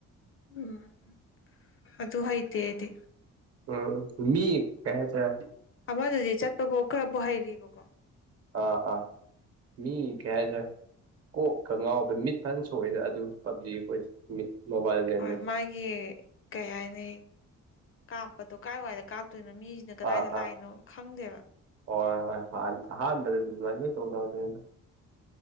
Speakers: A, on the left (about 45°); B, on the right (about 50°).
A: ꯎꯝ ꯑꯗꯨ ꯍꯩꯇ‌ꯦ ꯑꯩꯗꯤ
B: ꯎꯝ ꯃꯤ ꯀꯌꯥ ꯆ
A: ꯑꯃꯗꯨꯗꯤ ꯆꯠꯄꯐꯥꯎ ꯈꯔꯐꯥꯎ ꯍꯩꯔꯤꯕꯀꯣ
B: ꯑꯥ ꯑꯥ ꯃꯤ ꯀꯩ ꯍꯥꯏꯖꯤꯔꯦ ꯀꯣꯛ ꯀ ꯉꯥꯎ ꯕ ꯃꯤꯠ ꯐꯖꯅ ꯁꯣꯛꯏꯗ ꯑꯗꯨ ꯄꯕꯖꯤ ꯑꯩꯈꯣꯏ ꯃꯤꯠ ꯃꯣꯕꯥꯏꯜ ꯂꯦꯖꯦꯟ
A: ꯍꯣꯏ
B: ꯂꯩ
A: ꯃꯥꯒꯤ ꯀꯩ ꯍꯥꯏꯅꯤ ꯀꯥꯞꯄꯗꯣ ꯀꯥꯏꯋꯥꯏꯗ ꯀꯥꯞ ꯑꯗꯨꯅ ꯃꯤꯁꯤꯅ ꯀꯗꯥꯏꯗ
B: ꯑꯥ
A: ꯂꯥꯛꯏꯅꯣ ꯈꯪꯗꯦꯕ
B: ꯍꯣꯏ ꯍ‌ꯣꯏ ꯍ‌ꯣꯏ ꯑꯥ ꯑꯍꯥꯟꯕꯗꯗꯤ ꯑꯗꯨꯃꯥꯏ ꯂ‌ꯣꯏ ꯇꯧꯅꯕꯅ‌ꯦꯗ